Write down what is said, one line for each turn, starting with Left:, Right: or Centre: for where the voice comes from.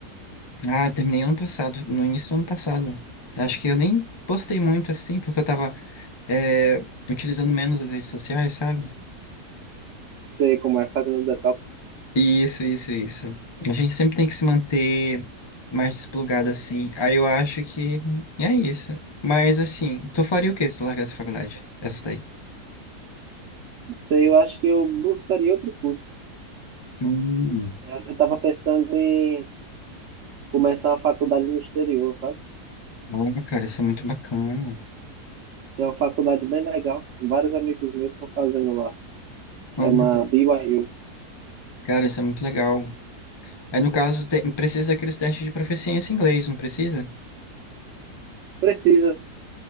Left: ah, eu terminei ano passado, no início do ano passado. Acho que eu nem postei muito assim, porque eu tava, é, utilizando menos as redes sociais, sabe?
Right: Sei como é, fazendo detox.
Left: Isso, isso, isso. A gente sempre tem que se manter mais desplugado assim. Aí eu acho que é isso. Mas assim, tu faria o quê se tu largasse a faculdade? Essa daí.
Right: Sei, eu acho que eu buscaria outro curso.
Left: Hum,
Right: Eu, eu tava pensando em começar uma faculdade no exterior, sabe?
Left: olha, cara, isso é muito bacana.
Right: Tem uma faculdade bem legal que vários amigos meus estão fazendo lá.
Left: Hum,
Right: Chama BYU.
Left: cara, isso é muito legal. Aí no caso, tem- precisa daqueles testes de proficiência em inglês, não precisa?
Right: Precisa,